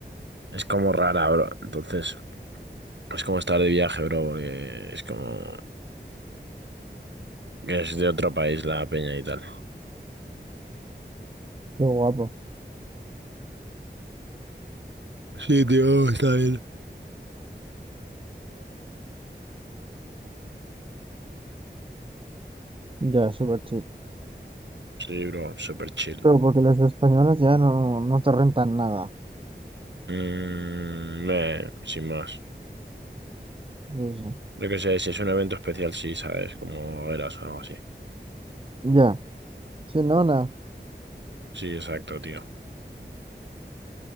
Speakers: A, on the right (about 80°); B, on the right (about 30°).
A: Es como rara, bro. Entonces, es como estar de viaje, bro, porque es como que es de otro país la peña y tal.
B: qué guapo.
A: Sí, tío, está bien.
B: Ya, súper chido.
A: Sí, bro, super chill.
B: Pero porque las españolas ya no, no te rentan nada.
A: Mm, meh, sin más.
B: Eso.
A: Lo que sé, si es un evento especial, sí, ¿sabes? Como eras o algo así.
B: Ya, sí, no, nada.
A: Sí, exacto, tío.